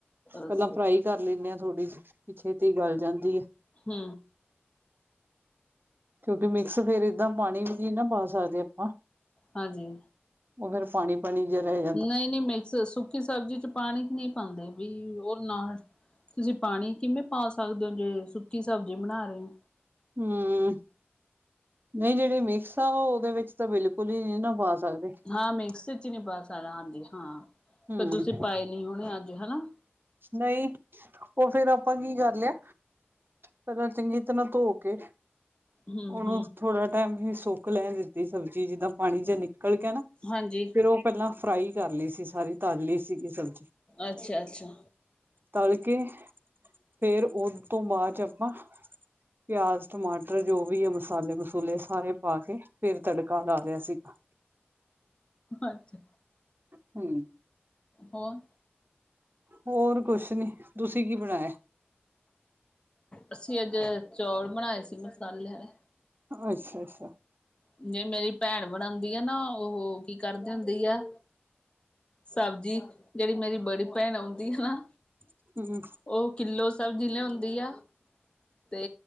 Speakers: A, on the left; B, on the right.
A: ਅੱਛਾ
B: ਪੈਲਾਂ ਫਰਾਈ ਕਰ ਲੈਂਣੇ ਆ ਥੋੜ੍ਹੀ ਜੀ, ਵੀ ਛੇਤੀ ਗਲ ਜਾਂਦੀ ਏ।
A: ਹੂੰ।
B: ਵੀ ਮਿਕਸ ਫੇਰ ਏਦਾਂ ਪਾਨੀ ਵੀ ਨਈ ਨਾ ਪਾ ਸਕਦੇ ਆਪਾਂ
A: ਹਾਂਜੀ।
B: ਓ ਫੇਰ ਪਾਨੀ ਫਨੀ ਜਰ ਰਏ
A: ਨਈ-ਨਈ ਮਿਕਸ ਸੁੱਕੀ ਸਬਜ਼ੀ ਚ ਪਾਨੀ ਨੀ ਪਾਂਦੇ ਵੀ ਓ ਨਾ ਤੁਸੀਂ ਪਾਨੀ ਕਿਵੇਂ ਪਾ ਸਕਦੇ ਹੋ ਜੇ ਸੁੱਕੀ ਸਬਜ਼ੀ ਬਣਾ ਰਹੇ ਓ।
B: ਹੂੰ, ਨਈ ਜੇੜੇ ਮਿਕਸ ਆ ਓ ਓਦੇ ਵਿੱਚ ਤਾਂ ਬਿਲ ਕੁਲੀ ਨੀ ਨਾ ਪਾ ਸਕਦੇ
A: ਹਾਂ ਮੈਕਸ ਚ ਨੀ ਪਾ ਸ- ਤਾਰਾ ਹਾਂਜੀ ਹਾਂ
B: ਹੂੰ
A: ਫੇਰ ਤੁਸੀਂ ਪਾਏ ਨੀ ਹੋਣੇ ਅੱਜ ਹੈਨਾ
B: ਨਈ ਓ ਫੇਰ ਆਪਾਂ ਕੀ ਕਰ ਲਿਆ ਪਹਿਲਾਂ ਚੰਗੀ ਤਰ੍ਹਾਂ ਧੋ ਕੇ
A: ਹਮ
B: ਓਨੂੰ
A: ਹਮ
B: ਥੋੜ੍ਹਾ ਟਾਈਮ ਸੁੱਕ ਲੈਣ ਦਿੱਤੀ ਸਬਜ਼ੀ ਜਿੱਦਾਂ ਪਾਣੀ ਜਾ ਨਿਕਲ ਗਿਆ ਨਾ
A: ਹਾਂਜੀ
B: ਫੇਰ ਉਹ ਪਹਿਲਾਂ ਫਰਾਈ ਕਰ ਲਈ ਸੀ ਸਾਰੀ ਤਲ ਲਈ ਸੀਗੀ ਸਬਜ਼ੀ।
A: ਐਛਾ ਅੱਛਾ
B: ਤਲ ਕੇ ਫੇਰ ਉਹ ਤੋਂ ਬਾਦ ਚ ਆਪਾਂ ਪਿਆਜ਼ ਟਮਾਟਰ ਜੋ ਵੀ ਆ ਮਸਾਲੇ ਮਸੂਲੇ ਸਾਰੇ ਪਾ ਕੇ ਫੇਰ ਤੜਕਾ ਲਾ ਲਿਆ ਸੀਗਾ।
A: ਅੱਛਾ
B: ਹੂ
A: ਹੋਰ
B: ਹੋਰ ਕੁਛ ਨੀ, ਤੁਸੀਂ ਕੀ ਬਣਾਇਆ?
A: ਅਸੀਂ ਅੱਜ ਚੌਲ ਬਣਾਏ ਸੀ ਮਸਾਲੇੇ ਆਲੇ
B: ਅੱਛਾ- ਅੱਛਾ
A: ਜਿਵੇੰ ਮੇਰੀ ਭੈਣ ਬਣਾਉਂਦੀ ਆ ਨਾ ਉਹ ਕੀ ਕਰਦੇ ਹੁੰਦੀ ਆ, ਸਬਜ਼ੀ ਜਿਹੜੀ ਮੇਰੀ ਬੜੀ ਭੈਣ ਆਉਂਦੀ ਐ ਨਾ
B: ਹੂੰ
A: ਉਹ ਕਿੱਲੋ ਸਬਜ਼ੀ ਲਿਆਉਂਦੀ ਆ ਤੇ